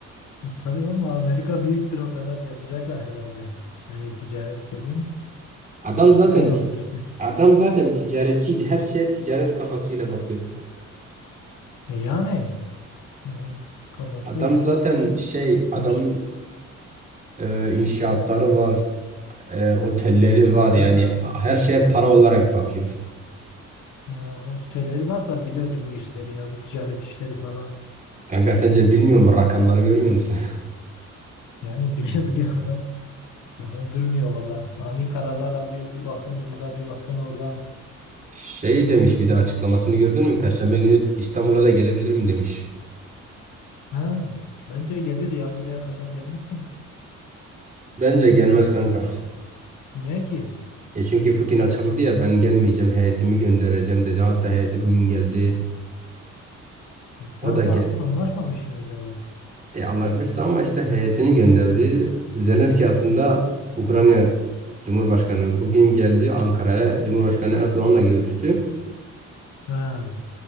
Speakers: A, on the left; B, on the right.
A: Tabii oğlum Amerika büyüktür o kadar yapacaklar herhalde. Yani ticaret dediğin
B: Adam zaten
A: böyle
B: ti-
A: olur işte.
B: adam zaten ticaretçiydi her şeye ticaret kafasıyla bakıyordu.
A: E yani, yani kafası
B: Adam
A: öyle
B: zaten şey adamın
A: var.
B: e, inşaatları var e, otelleri
A: Ha.
B: var yani her şeye para olarak bakıyor.
A: Ha, o şeyleri varsa biliyordur bu işleri ya. Bu ticaret işleri falan.
B: Kanka sence bilmiyor mu rakamları görmüyor musun?
A: Yani <laughs> biliyor biliyor adam. Adam durmuyor valla. Ani kararlar alıyor. Bir baktın burada bir baktın orada.
B: <laughs> Şey demiş bir de açıklamasını gördün mü? Perşembe günü İstanbul'a da gelebilirim demiş.
A: Ha, bence gelir ya buraya kadar gelmişse
B: Bence gelmez kanka.
A: Niye ki?
B: E çünkü Putin açıkladı ya ben gelmeyeceğim heyetimi göndereceğim dedi. Hatta heyeti bugün geldi.
A: E, Trump'la
B: O da gel
A: anlaşmamış mıydı o?
B: e, anlaşmıştı ama işte heyetini gönderdi. Zelenski aslında Ukrayna Cumhurbaşkanı bugün geldi Ankara'ya. Cumhurbaşkanı Erdoğan'la görüştü.
A: Ha.